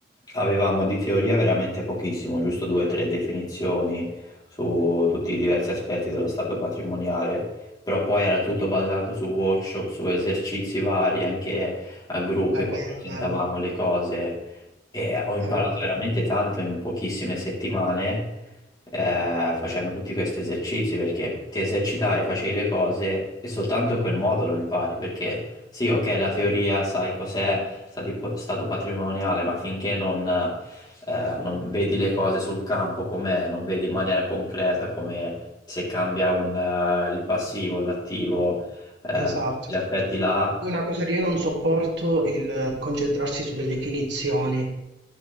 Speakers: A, on the left; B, on the right.
A: Avevamo di teoria veramente pochissimo, giusto due o tre definizioni su tutti i diversi aspetti dello stato patrimoniale, però poi era tutto basato su workshop, su esercizi vari, anche a gruppi, poi
B: bello,
A: presentavamo
B: bello.
A: le cose e ho imparato
B: Allora,
A: veramente tanto in pochissime settimane eh, facendo tutti questi esercizi perché ti esercitai, facevi le cose e soltanto in quel modo lo impari perché sì, ok, la teoria sai cos'è stati po- stato patrimoniale, ma finché non, eh, non vedi le cose sul campo com'è, non vedi in maniera concreta come se cambia un, eh, il passivo, l'attivo, eh, Certo.
B: Esatto,
A: tutti gli
B: esatto.
A: aspetti là,
B: Poi una cosa che io non sopporto è il concentrarsi sulle definizioni.